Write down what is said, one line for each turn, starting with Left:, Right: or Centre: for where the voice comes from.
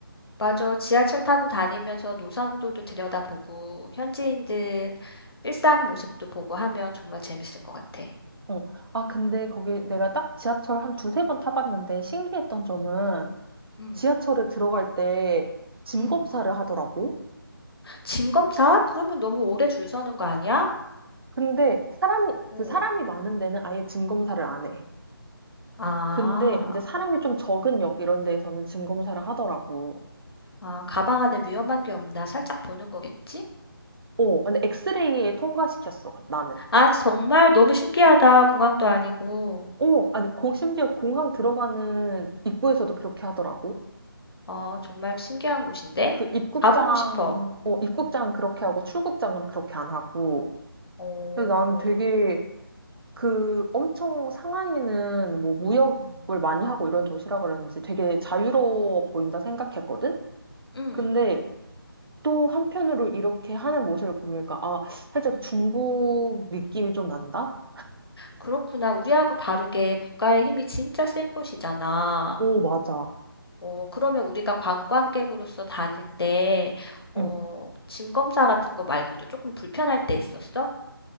Left: 맞아. 지하철 타고 다니면서 노선도도 들여다보고 현지인들 일상 모습도 보고 하면 정말 재밌을 것 같아.
Right: 어. 아, 근데 거기
Left: 어,
Right: 내가 딱 지하철 한 두세 번 타봤는데 신기했던 점은
Left: 음,
Right: 지하철에 들어갈 때 짐
Left: 음.
Right: 검사를 하더라고.
Left: 짐 검사? 그러면 너무 오래 줄 서는 거 아니야?
Right: 근데 사람이,
Left: 어.
Right: 그 사람이 많은 데는 아예 짐 검사를 안 해.
Left: 아,
Right: 근데 이제 사람이 좀 적은 역 이런 데에서는 짐 검사를 하더라고.
Left: 아, 가방 안에 위험한 게 없나 살짝 보는 거겠지?
Right: 어, 근데 엑스레이에 통과시켰어, 나는.
Left: 아, 정말 너무 신기하다. 공항도 아니고.
Right: 어, 아니, 공, 심지어 공항 들어가는 입구에서도 그렇게 하더라고.
Left: 어, 정말 신기한 곳인데?
Right: 그 입국장,
Left: 가보고 싶어.
Right: 어, 입국장은 그렇게 하고 출국장은 그렇게 안 하고.
Left: 오
Right: 근데 난 되게 그 엄청 상하이는 뭐 무역을
Left: 음,
Right: 많이 하고 이런 도시라 그런지 되게 자유로워
Left: 음,
Right: 보인다 생각했거든?
Left: 음.
Right: 근데 또 한편으로 이렇게 하는 모습을 보니까 아, 살짝
Left: 음.
Right: 중국 느낌이 좀 난다?
Left: 그렇구나. 우리하고 다르게 국가의 힘이 진짜 센 곳이잖아.
Right: 오, 맞아.
Left: 어, 그러면 우리가 관광객으로서 다닐 때, 어,
Right: 응.
Left: 짐 검사 같은 거 말고도 조금 불편할 때 있었어?